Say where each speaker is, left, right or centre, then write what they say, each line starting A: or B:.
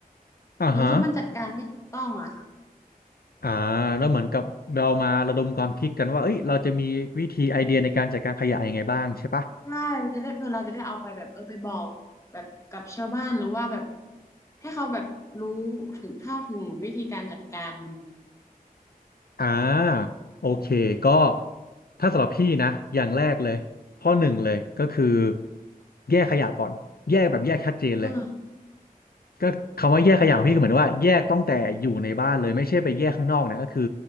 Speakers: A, on the left; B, on the left.
A: อ่าฮะ
B: หนูรู้สึกว่ามันจัดการไม่ถูกต้องอะค่ะ
A: อ่าแล้วเหมือนกับเรามาระดมความคิดกันว่าเอ้ยเราจะมีวิธีไอเดียในการจัดการขยะยังไงบ้างใช่ปะ
B: ใช่มันจะได้เพื่อเราจะได้เอาไปแบบเออไปบอกแบบกับชาวบ้านหรือว่าแบบให้เขาแบบรู้ถึงเท่าถึงวิธีการจัดการมันนะ
A: อ่าโอเคก็ถ้าสำหรับพี่นะอย่างแรกเลยข้อหนึ่งเลยก็คือแยกขยะก่อนแยกแบบแยกชัดเจนเลย
B: เออ
A: ก็คำว่าแยกขยะของพี่คือเหมือนว่าแยกตั้งแต่อยู่ในบ้านเลยไม่ใช่ไปแยกข้างนอกนะก็คือ